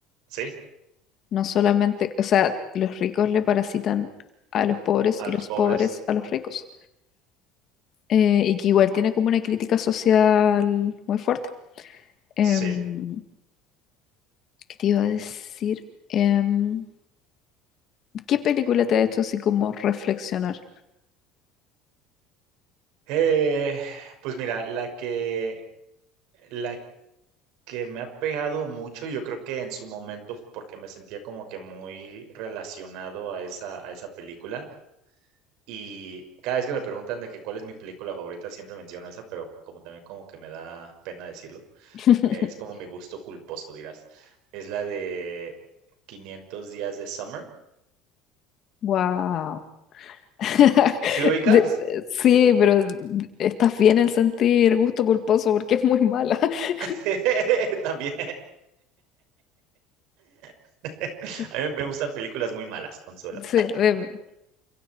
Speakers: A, on the right; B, on the left.
A: sí,
B: No solamente, o sea, los ricos le parasitan a los pobres
A: A
B: y
A: los
B: los
A: pobres.
B: pobres a los ricos. eh, y que igual tiene como una crítica social muy fuerte. Em,
A: sí.
B: ¿qué te iba a decir? Em, ¿qué película te ha hecho así como reflexionar?
A: Eh, pues mira, la que, la que me ha pegado mucho, yo creo que en su momento, porque me sentía como que muy relacionado a esa, a esa película, Y cada vez que me preguntan de que cuál es mi película favorita, siempre menciono esa, pero como también como que me da pena decirlo,
B: <laughs>
A: es como mi gusto culposo, dirás. Es la de quinientos días de Summer.
B: Wow. <laughs>
A: ¿Sí lo ubicas?
B: Sí, pero de- estás bien en sentir gusto culposo porque es muy mala. <laughs>
A: <laughs> También. <laughs>
B: Este,
A: A mí me gustan películas muy malas, Consuelo.
B: Sí, em,